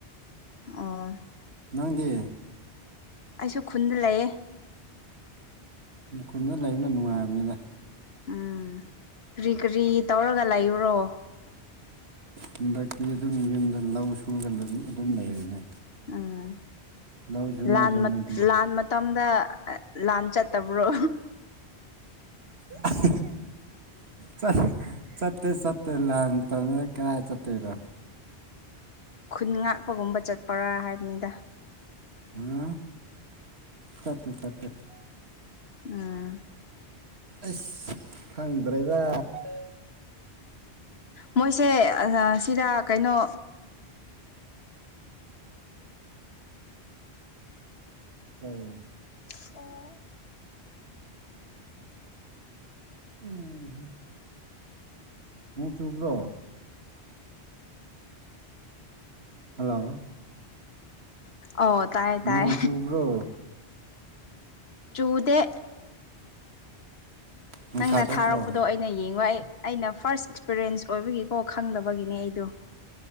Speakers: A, on the left; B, on the right.
A: ꯑ
B: ꯅꯪꯗꯤ
A: ꯑꯩꯁꯨ ꯈꯨꯟꯗ ꯂꯩꯌꯦ
B: ꯈꯨꯟꯗ ꯂꯩꯕꯅ ꯅꯨꯡꯉꯥꯏꯕꯅꯤꯅ
A: ꯎꯝ ꯀꯔꯤ ꯀꯔꯤ ꯇꯧꯔꯒ ꯂꯩꯨꯔꯣ
B: ꯍꯟꯗꯛꯇꯤ ꯑꯗꯨꯝ ꯌꯨꯝꯗ ꯂꯧ ꯁꯨꯔꯒ ꯑꯗꯨꯝ ꯑꯗꯨꯝ ꯂꯩꯔꯤꯅꯦ
A: ꯎꯝ
B: ꯂꯧ ꯁꯨꯅꯗ꯭ꯔꯣ
A: ꯂꯥꯟ
B: ꯅꯣꯏꯗꯤ
A: ꯂꯥꯟ ꯃꯇꯝ ꯃꯇꯝ ꯂꯥꯟ ꯆꯠꯇꯕ꯭ꯔꯣ
B: ꯆꯠ ꯆꯠ ꯀꯠꯇꯇꯩ ꯆꯠꯠꯇꯔ ꯂꯥꯛ ꯇꯧ ꯀꯔꯥ ꯆꯠꯇꯔꯣ
A: ꯈꯨꯟ ꯉꯥꯛꯄꯒꯨꯝꯕ ꯆꯠꯄꯔꯥ ꯍꯥꯏꯕꯅꯤꯗ
B: ꯎ ꯁꯠꯇꯦ ꯁꯠꯇꯦ
A: ꯎꯝ
B: ꯑꯁ ꯐꯪꯗ꯭ꯔꯦꯗ
A: ꯃꯣꯏꯁꯦ ꯁꯤꯗ ꯀꯩꯅꯣ
B: ꯎꯝ
A: ꯑꯣ
B: ꯎꯝ ꯎꯣꯡ ꯆꯨꯞꯕ꯭ꯔꯣ ꯍꯜꯂꯣ
A: ꯑꯣ ꯇꯥꯏꯌꯦ ꯇꯥꯏ
B: ꯅꯣꯡ ꯆꯨꯕ꯭ꯔꯣ
A: ꯆꯨꯗꯦ
B: ꯅꯨꯡꯁꯥ
A: ꯅꯪꯅ
B: ꯊꯣꯛꯄ꯭ꯔꯣ
A: ꯊꯥꯔꯛꯄꯗꯣ ꯑꯩꯅ ꯌꯦꯡꯉꯣ ꯑꯩ ꯑꯩꯅ ꯐꯥꯔꯁ ꯑꯦꯛꯁꯄꯤꯔꯤꯌꯦꯟꯁ ꯑꯣꯏꯕꯒꯤꯀꯣ ꯈꯪꯗꯕꯒꯤꯅꯦ ꯑꯩꯗꯣ